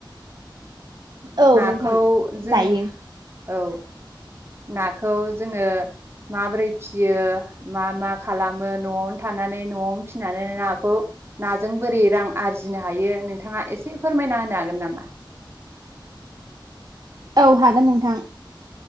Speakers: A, on the right; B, on the right.
A: औ
B: नाखौ
A: नोंथां
B: जोङ
A: जायो
B: औ नाखौ जोङो माबोरै फियो मा मा खालामो न'आवनो थानानै न'आवनो फिसिनानै नाखौ नाजों बोरै रां आरजिनो हायो नोंथाङा एसे फोरमायना होनो हागोन नामा
A: औ हागोन नोंथां